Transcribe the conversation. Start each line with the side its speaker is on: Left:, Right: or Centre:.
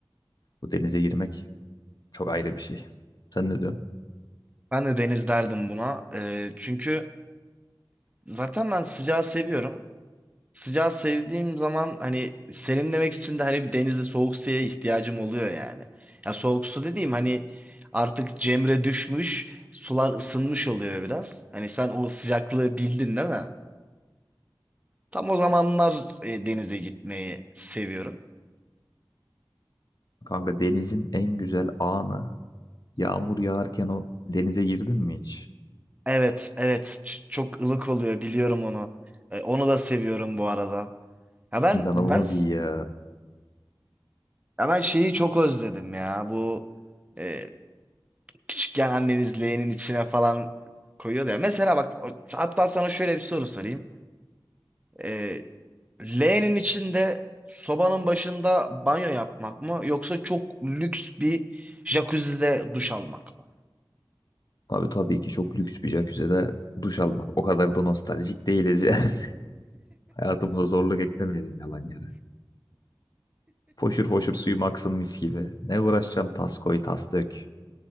Left: Bu denize girmek çok ayrı bir şey. Sen ne diyorsun?
Right: Ben de deniz derdim buna. E, çünkü zaten ben sıcağı seviyorum. Sıcağı sevdiğim zaman hani serinlemek için de hani bir denizde soğuk suya ihtiyacım oluyor yani. Ya soğuk su dediğim hani artık cemre düşmüş, sular ısınmış oluyor biraz. Hani sen o sıcaklığı bildin değil mi? Tam o zamanlar e, denize gitmeyi seviyorum.
Left: Kanka denizin en güzel anı yağmur yağarken o denize girdin mi hiç?
Right: Evet, evet. Ç- çok ılık oluyor biliyorum onu. E, onu da seviyorum bu arada. Ya ben
Left: İnanılmaz
Right: ben
Left: iyi ya.
Right: ben şeyi çok özledim ya. Bu e, Küçükken anneniz leğenin içine falan koyuyordu ya. Mesela bak o- hatta sana şöyle bir soru sorayım. Ee, leğenin içinde sobanın başında banyo yapmak mı yoksa çok lüks bir jacuzzi'de duş almak mı?
Left: Abi tabii ki çok lüks bir jacuzzi'de duş almak. O kadar da nostaljik değiliz yani. <laughs> Hayatımıza zorluk eklemeyelim yalan yere. Foşur foşur suyum aksın mis gibi. Ne uğraşacağım tas koy tas dök.